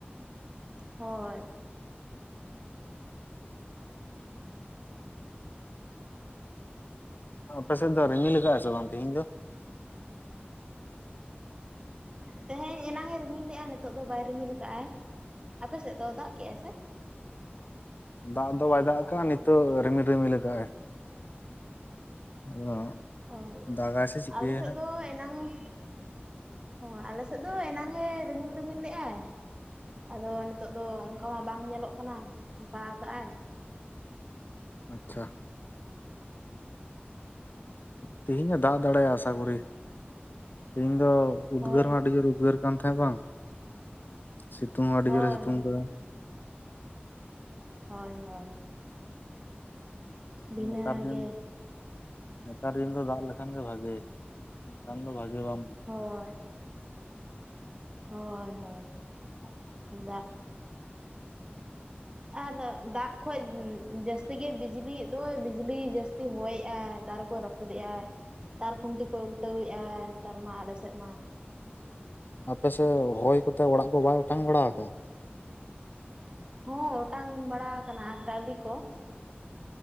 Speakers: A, on the right; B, on the left.
A: ᱦᱳᱭ᱾
B: ᱟᱯᱮᱥᱮᱫ ᱫᱚ ᱨᱤᱢᱤᱞ ᱠᱟᱜᱟᱭ ᱥᱮ ᱵᱟᱝ ᱛᱮᱦᱤᱧ ᱫᱚ?
A: ᱛᱮᱦᱮᱧ ᱮᱱᱟᱝᱼᱮ ᱨᱤᱢᱤᱞ ᱞᱮᱜᱼᱟ ᱱᱤᱛᱚᱜ ᱫᱚ ᱵᱟᱭ ᱨᱤᱢᱤᱞ ᱠᱟᱜᱼᱟᱭ᱾ ᱟᱯᱮ ᱥᱮᱫ ᱫᱚ ᱫᱟᱜ ᱠᱮᱜᱼᱟᱭ ᱥᱮ?
B: ᱫᱟᱜ ᱫᱚ ᱵᱟᱭ ᱫᱟᱜ ᱠᱟᱜᱼᱟ ᱱᱤᱛᱳᱜ ᱨᱤᱢᱤᱞ ᱨᱤᱢᱤᱞ ᱠᱟᱜᱼᱟᱭ᱾ <unintelligible>
A: ᱚ,
B: ᱫᱟᱜᱟᱭ ᱥᱮ ᱪᱤᱠᱟᱹᱭᱟ
A: ᱟᱞᱮ ᱥᱮᱫ
B: ᱦᱟᱸᱜ
A: ᱫᱚ ᱮᱱᱟᱝ ᱮ ᱚ ᱟᱞᱮ ᱥᱮᱫ ᱫᱚ ᱮᱱᱟᱝᱼᱮ ᱨᱤᱢᱤᱞ ᱨᱢᱤᱞ ᱞᱮᱜᱼᱟᱭ ᱟᱫᱚ ᱱᱤᱛᱚᱜ ᱫᱚ ᱠᱚ ᱦᱚᱸ ᱵᱟᱝ ᱧᱮᱞᱚᱜ ᱠᱟᱱᱟ ᱯᱷᱟᱠᱟ ᱠᱟᱜ ᱟᱭ᱾
B: ᱟᱪᱪᱷᱟ ᱛᱮᱦᱤᱧ ᱮ ᱫᱟᱜ ᱫᱟᱲᱮᱭᱟᱜᱼᱟ ᱟᱥᱟ ᱠᱚᱨᱤ ᱛᱮᱦᱤᱧ ᱫᱚ ᱩᱫᱽᱜᱟᱹᱨ
A: ᱦᱳᱭ
B: ᱦᱚᱸ ᱟᱹᱰᱤ ᱡᱳᱨ ᱩᱫᱽᱜᱟᱹᱨ ᱠᱟᱱ ᱛᱟᱸᱦᱮ ᱵᱟᱝ ᱥᱤᱛᱩᱝ ᱦᱚᱸ ᱟᱹᱰᱤ
A: ᱦᱳᱭ
B: ᱡᱳᱨᱮ ᱥᱤᱛᱩᱝ ᱟᱠᱟᱫᱟ᱾
A: ᱦᱳᱭ ᱦᱳᱭ ᱵᱷᱤᱱᱟᱹ
B: ᱱᱮᱛᱟᱨ ᱫᱤᱱ
A: ᱜᱮ
B: ᱱᱮᱛᱟᱨ ᱫᱤᱱ ᱫᱚ ᱫᱟᱜ ᱞᱮᱠᱷᱟᱱ ᱜᱮ ᱵᱷᱟᱜᱮ, ᱵᱟᱝᱠᱷᱟᱱ ᱫᱚ ᱵᱷᱟᱜᱮ ᱵᱟᱢ
A: ᱦᱳᱭ ᱦᱳᱭ ᱦᱳᱭ ᱫᱟᱜ
B: <unintelligible>
A: ᱟᱨ ᱫᱟᱜ ᱠᱷᱚᱡ ᱡᱟᱹᱥᱛᱤ ᱜᱮ ᱵᱤᱡᱽᱞᱤᱭᱮᱜ ᱫᱚᱭ ᱵᱤᱡᱽᱞᱤ ᱡᱟᱹᱥᱛᱤ ᱦᱚᱭᱮᱜ ᱟᱭ ᱫᱟᱨᱮ ᱠᱚ ᱨᱟᱹᱯᱩᱫᱮᱜ ᱟᱭ ᱛᱟᱨ ᱠᱷᱩᱱᱴᱤ ᱠᱚ ᱩᱞᱴᱟᱹᱣᱮᱟᱭ ᱱᱮᱛᱟᱨ ᱢᱟ ᱟᱞᱮᱥᱮᱫ ᱢᱟ᱾
B: ᱟᱯᱮᱥᱮᱫ ᱦᱚᱭ ᱠᱚᱛᱮ ᱚᱲᱟᱜ ᱠᱚ ᱵᱟᱭ ᱚᱴᱟᱝ ᱵᱟᱲᱟ ᱠᱟᱜᱼᱟ᱾
A: ᱦᱚᱸ ᱚᱴᱟᱝ ᱵᱟᱲᱟ ᱠᱟᱱᱟ ᱴᱟᱞᱤ ᱠᱚ᱾